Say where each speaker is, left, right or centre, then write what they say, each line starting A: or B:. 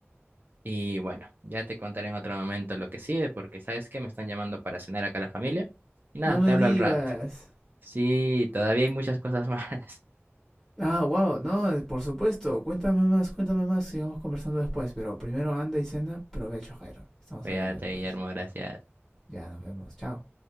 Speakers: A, on the right; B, in the centre.
A: Y bueno, ya te contaré en otro momento lo que sigue, porque sabes que me están llamando para cenar acá la familia. Y nada,
B: No
A: te
B: me
A: hablo
B: digas.
A: al rato. Sí, todavía hay muchas cosas más. <laughs>
B: Ah, wow, no, por supuesto. Cuéntame más, cuéntame más, sigamos conversando después. Pero primero anda y cena, provecho, Jairo. Estamos
A: Cuídate,
B: hablando después.
A: Guillermo, gracias.
B: Ya nos vemos, chao.